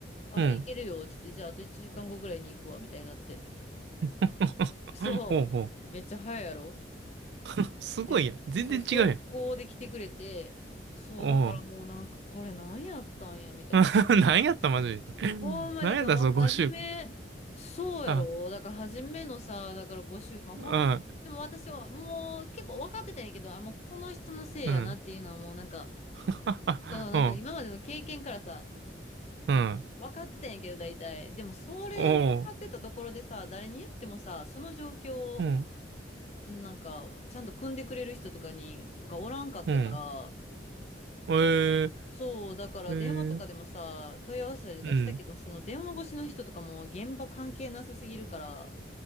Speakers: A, on the left; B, on the right.
A: あ、
B: うん。
A: 行けるよ、つって、じゃああと1時間後ぐらいに行くわ、みたいになって。
B: <laughs>
A: <laughs> そう、
B: ほうほ
A: めっちゃ早いやろ
B: う。すごいやん。
A: で、そう、
B: 全然違うやん。
A: 速攻で来てくれて、そう、
B: おう。
A: だからもうなんか、これなんやったんや、みたいな。
B: <laughs> 何やったマジで。
A: ほんまに、
B: 何やったその5週間。
A: だからもう初め、そうやろ。
B: あ、
A: だから初めのさ、だから5週間、ほんまに、
B: あ、
A: でも私はもう結構分かってたんやけど、あ、もうこの人のせいやなっていうのはもうなんか、
B: うん。<laughs>
A: このなんか今までの経験からさ、
B: うん。<laughs> うん。
A: 分かってたんやけど大体。でもそれ分かってたところでさ、
B: おう。
A: 誰に言ってもさ、その状況を
B: うん。
A: なんか、ちゃんと組んでくれる人とかに、がおらんかったから、
B: うん。えー、
A: そう、だから電話とかでもさ、
B: えー、
A: 問い合わせたりとかしたけど、
B: うん。
A: その電話越しの人とかも現場関係なさすぎるから、